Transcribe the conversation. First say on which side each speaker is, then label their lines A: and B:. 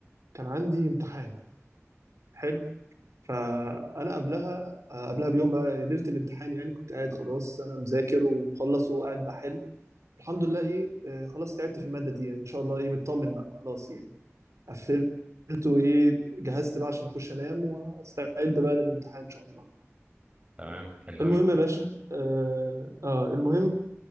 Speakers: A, on the right (about 85°); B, on the right (about 25°).
A: كان عندي امتحان حلو فانا قبلها آه، قبلها بيوم بقى ليلة الامتحان يعني كنت قاعد خلاص انا مذاكر ومخلص وقاعد بحل الحمد لله ايه آه، خلاص تعبت في المادة دي يعني ان شاء الله ايه مطمن بقى خلاص يعني قفلت وايه جهزت بقى عشان اخش انام واستعد بقى للامتحان ان شاء الله
B: تمام حلو
A: المهم
B: قوي
A: يا باشا اه, آه المهم